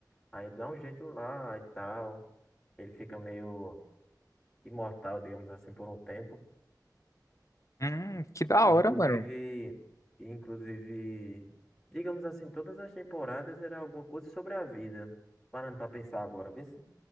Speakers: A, in the centre; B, on the left.
A: Aí ele dá um jeito lá e tal. Ele fica meio imortal, digamos assim, por um tempo.
B: Hum, que da
A: E,
B: hora,
A: inclusive,
B: mano.
A: e, inclusive, digamos assim, todas as temporadas era alguma coisa sobre a vida. Parando pra pensar agora, vê se.